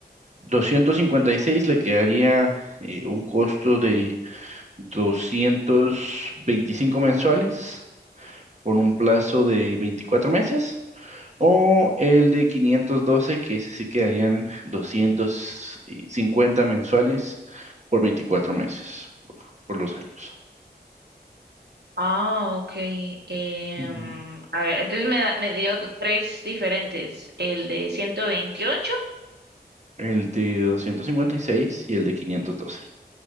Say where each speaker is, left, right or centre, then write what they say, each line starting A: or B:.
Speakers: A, on the right; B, on the right.
A: 256 le quedaría eh, un costo de doscientos veinticinco mensuales por un plazo de 24 meses. O el de quinientos doce que ese sí quedarían doscientos cincuenta mensuales por 24 meses, por los años.
B: Ah, ok. Em,
A: Ujú.
B: a ver, entonces me, da- me dio tres diferentes, el de ciento veintiocho
A: El de doscientos cincuenta y seis y el de quinientos doce